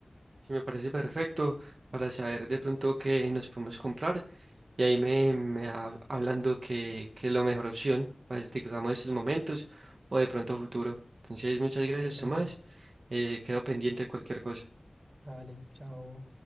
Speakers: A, on the right (about 80°); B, on the right (about 50°).
A: Sí, me parece perfecto para saber de pronto qué nos podemos comprar y ahí me, me ha- hablando que, que es la mejor opción, pues, digamos, estos momentos o de pronto futuro. Entonces, muchas gracias,
B: Perfecto.
A: Tomás. Eh, quedo pendiente de cualquier cosa.
B: Dale, chao.